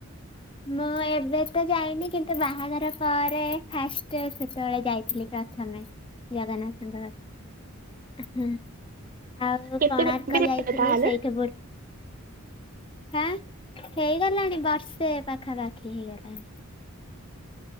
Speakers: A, on the left; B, on the right.
A: ମୁଁ ଏବେ ତ ଯାଇନି କିନ୍ତୁ ବାହାଘର ପରେ ଫାଷ୍ଟ ସେତେବେଳେ ଯାଇଥିଲି ପ୍ରଥମେ ଜଗନ୍ନାଥଙ୍କ ର ହୁଁ ଆଉ
B: କେତେ
A: କୋଣାର୍କ
B: ଏବେ ଯାଇଥିଲ
A: ଯାଇଥିଲି
B: ତାହେଲେ?
A: ସେଇଠ ବଲ ହଁ ହେଇଗଲାଣି ବର୍ଷେ ପାଖାପାଖି ହେଇଗଲାଣି।